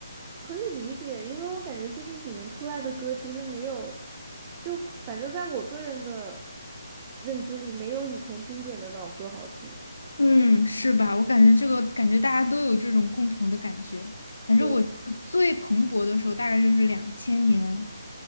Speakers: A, on the right (about 20°); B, on the left (about 85°).
A: 可以理解，因为我感觉最近几年出来的歌其实没有，就反正在我个人的认知里，没有以前经典的老歌好听。
B: 嗯，是吧？我感觉这个感觉大家都有这种共同的感觉。反正我觉得最蓬勃的时候大概就是两千年，
A: 对，